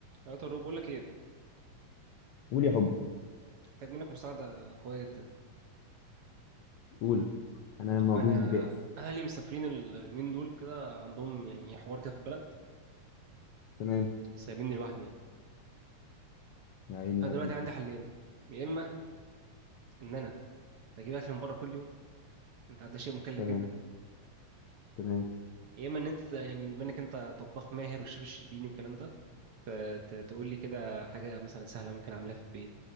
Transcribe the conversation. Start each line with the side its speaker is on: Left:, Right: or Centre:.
Right: يا طارق بقول لك ايه
Left: قول يا حبي
Right: محتاج منك مساعده قويه جدا
Left: قول انا موجود
Right: انا
Left: وجاهز
Right: اهلي مسافرين ال- اليومين دول كده عندهم يعني حوار كده في البلد
Left: تمام
Right: سايبيني لوحدي يعني
Left: يا عيني
Right: فانا
Left: يا
Right: دلوقتي
Left: ابني
Right: عندي حلين يا اما ان انا بجيب اكل من بره كل يوم انت عارف ده شيء مكلف
Left: تمام
Right: جدا
Left: تمام
Right: يا اما ان انت يعني بما انك انت طباخ ماهر والشيف الشربيني والكلام ده ت- ت- تقول لي كده حاجه مثلا سهله ممكن اعملها في البيت